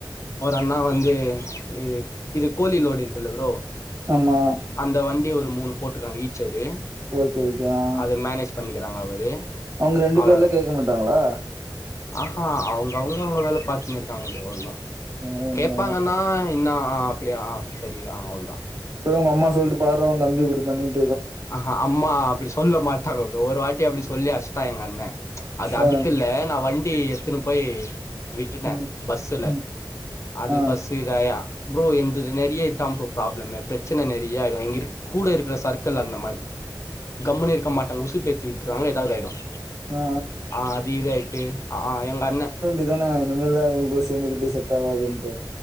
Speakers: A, on the left (about 40°); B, on the right (about 45°).
A: ஒரு அண்ணா வந்து இது இது கோழி லோடி இருக்குல்ல ப்ரோ
B: ஆமா
A: அந்த வண்டி ஒரு மூணு போட்டுக்காங்க ஈச்சரு
B: ஓகே ஓகே ஆ
A: அத மேனேஜ் பண்ணிக்கறாங்க அவரு
B: அவ்ங்க ரெண்டு
A: அவ
B: பேர்ல கேக்க மாட்டாங்களா
A: ஆஹா அவ்ங்க அவ்ங்க அவ்ங்க வேல பாத்துன்னு இருக்காங்க ப்ரோ அவ்ளோதா
B: அதெல்லாம் உண்மதான்.
A: கேட்பாங்கன்னா இன்னா அப்டியா ஆ சரி ஆ அவ்ளோதா
B: இப்பதா உங்க அம்மா சொல்லிட்டு பார்ரா உன் தம்பி இப்டி பண்ணிட்
A: ஆஹா அம்மா அப்டி சொல்ல மாட் ஒரு வாட்டி அப்டி சொல்லி அச்ட்டா எங்க அண்ணே அது அதுக்கு
B: ஆ.
A: இல்ல நா வண்டி எடுத்துன்னு போய் விட்டுட்டே
B: ம்.
A: பஸ்ஸுல
B: ம்.
A: அது
B: ஆ.
A: பஸ் புரியுதா யா ப்ரோ என்துது நெறிய்ய இதான் ப்ரோ பராப்ளம் பிரச்சன நெறிய்ய ஆயிடும் இங்க இருக் கூட இருக்குற சர்க்க துல அந்த மாதிரி கம்முனு இருக்க மாட்டாங்க உசு பேத்து விட்டுருவாங்கள ஏதாவது ஆயிடும்
B: ஆ, ஆ.
A: ஆ அது இதாயட்டு ஆ எங்க அண்ணே
B: இதான இனி மேல் அவே கூட சேந்துகிட்டு செட் ஆகாதுன்ட்டு